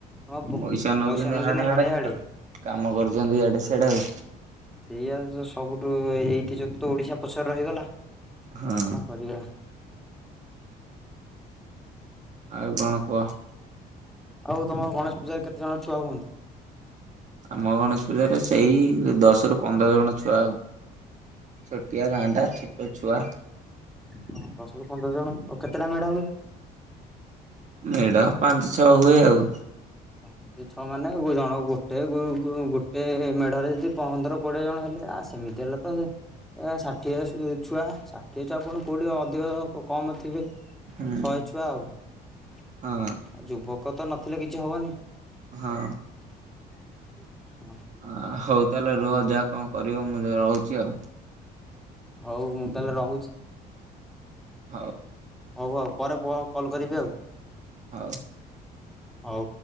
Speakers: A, in the centre; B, on the right (about 45°).
A: ହଁ
B: ପଇସା ନୋଉଛନ୍ତି
A: ନଉଛନ୍ତି
B: ହାଡେ ହାଡେ
A: ହାଡ଼େ ହାଡ଼େ
B: କାମ କରୁଚନ୍ତି ଇଆଡ଼େ ସିଆଡେ ଆଉ।
A: ସେଇଆ ସବୁଠୁ ଏ ଏଇକି ଯୋଗୁ ତ ଓଡ଼ିଶା ପଛରେ ରହିଗଲା।
B: ହଁ
A: କଣ କରିବା?
B: ଆଉ କଣ କୁହ।
A: ଆଉ ତମ ଗଣେଶ ପୂଜାରେ କେତେ ଜଣ ଛୁଆ ହୁଅନ୍ତି।
B: ଆମ ଗଣେଶ ପୂଜାରେ ସେଇ ଦଶରୁୁ ପନ୍ଦର ଜଣ ଛୁଆ ଛୋଟିଆ ଗାଁଟା ଛୋଟ ଛୁଆ
A: <inaudible> ଦଶରୁୁ ପନ୍ଦର ଜଣ ଆଉ କେତେ କେଲା ମେଢ଼ା ହୁଏ।
B: ମେଢ ପାଞ୍ଚ ଛଅ ହୁଏ ଆଉ।
A: ହଁ ପାଞ୍ଚ ଛଅ ମାନେ ଜଣ ଗୋଟେ ଗୁ-ଗୁ ଗୋଟେ ମେଢ଼ରେ ଯଦି ପନ୍ଦର କୋଡ଼ିଏ ଜଣ ହେଲେ ଆ ସେମିତି ହେଲେ ତ ଷାଠିଏ ଛୁଆ ଷାଠିଏ ଛୁଆ ପୁଣି କୋଉଠି ଅଧିକ କମ୍ ଥିବେ।
B: ହୁଁ
A: ଶହେ ଛୁଆ ଆଉ
B: ହଁ
A: ଯୁବକ ତ ନଥିଲେ କିଛି ହବନି।
B: ହଁ
A: <inaudible> ହଁ
B: ଆ ହଉ ତାହେଲେ ରୁହ ଯାହା କଣ କରିବ ମୁଁ ଯ ରହୁଛି ଆଉ।
A: ହଉ ମୁଁ ତାହେଲେ ରହୁଛି।
B: ହଉ।
A: ହଉ ଆଉ ପରେ ବ କଲ୍ କରିବି ଆଉ।
B: ହଉ।
A: ହଉ।